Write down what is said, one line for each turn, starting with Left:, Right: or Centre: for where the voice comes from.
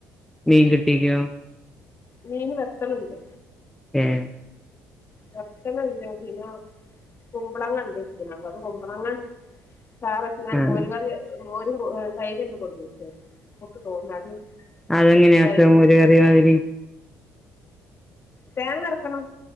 Centre: മീൻ കിട്ടില്ലിയോ
Left: മീന് വെക്കണുണ്ട്
Centre: ഉം
Left: മത്തൻ ഉണ്ട് <unintelligible> കുമ്പളങ്ങ <unintelligible> അപ്പൊ അത് കുമ്പളങ്ങ <unintelligible>
Centre: ആഹ് അതെങ്ങനെയ
Left: ഒഴിച്ച്
Centre: ആക്കാം
Left: തൈര്
Centre: മോര് കറിമാതിരി
Left: തേങ്ങ അരക്കണം